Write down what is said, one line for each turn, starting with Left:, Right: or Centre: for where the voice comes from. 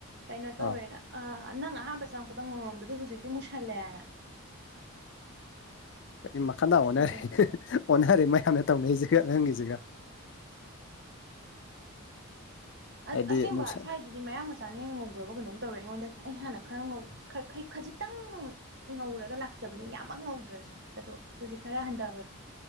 Right: ꯀꯩꯅꯣ ꯇꯧꯋꯦꯅ
Left: ꯑꯥꯎ
Right: ꯑ ꯅꯪ ꯑꯍꯥꯟꯕ ꯆꯪꯉꯛꯄꯗ ꯉꯧꯔꯝꯕꯗꯨ ꯍꯧꯖꯤꯛꯇꯤ ꯃꯨꯁꯜꯂꯦꯅ
Left: ꯃꯤ ꯃꯈꯥꯗ ꯑꯣꯟꯅꯔꯦ
Right: ꯑꯗꯨꯗꯅꯤꯁꯦ
Left: ꯑꯣꯟꯅꯔꯦ ꯃꯌꯥꯝꯅ ꯇꯧꯅꯩꯖꯤꯒ ꯅꯍꯪꯒꯤꯖꯤꯒ
Right: ꯑ
Left: ꯍꯥꯏꯗꯤ
Right: ꯑꯁꯦꯡꯕ
Left: ꯅꯨꯡꯁꯥ
Right: ꯁꯥꯏ ꯁꯤꯗꯗꯤ ꯃꯌꯥꯡ ꯃꯆꯥꯅ ꯍ‌ꯦꯟ ꯉꯧꯒ꯭ꯔꯕ ꯀꯩꯅꯣꯝ ꯇꯧꯔꯦ ꯑꯩꯉꯣꯟꯗꯒꯤ ꯑꯩ ꯍꯥꯟꯅ ꯈꯔ ꯉꯧ ꯈꯩ ꯈꯖꯤꯛꯇꯪ ꯉꯧꯔꯒ ꯂꯥꯛꯆꯕꯅꯤ ꯌꯥꯝꯃꯛ ꯉꯧꯗ꯭ꯔꯁꯨ ꯑꯗꯣ ꯍꯨꯖꯤꯛ ꯈꯔ ꯍꯟꯊꯈ꯭ꯔ